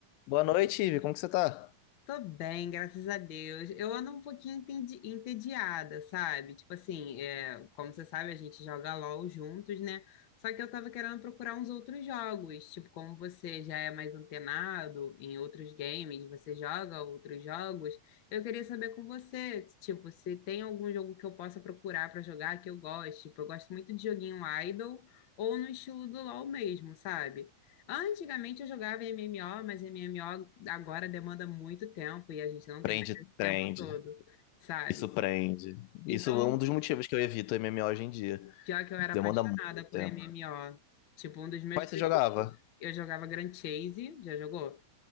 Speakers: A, on the left; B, on the left.
A: Boa noite, Ivi. Como que você tá?
B: Tô bem, graças a Deus. Eu ando um pouquinho entendi- entediada, sabe? Tipo assim, é, como você sabe, a gente joga LOL juntos, né? Só que eu tava querendo procurar uns outros jogos. Tipo, como você já é mais antenado em outros games, você joga outros jogos, eu queria saber com você, tipo, se tem algum jogo que eu possa procurar pra jogar que eu goste. Tipo, eu gosto muito de joguinho idle ou no estilo do LOL mesmo, sabe? Antigamente eu jogava MMO, mas MMO agora demanda muito tempo e a gente não
A: Prende,
B: tem mais esse
A: prende.
B: tempo todo, sabe?
A: Isso prende. Isso
B: Então,
A: é um dos motivos que eu evito MMO hoje em dia.
B: pior que eu
A: Demanda
B: era apaixonada
A: muito
B: por
A: tempo.
B: MMO. Tipo, um dos meus
A: Quais
B: preferidos.
A: você jogava?
B: Eu jogava Grand Chase, já jogou?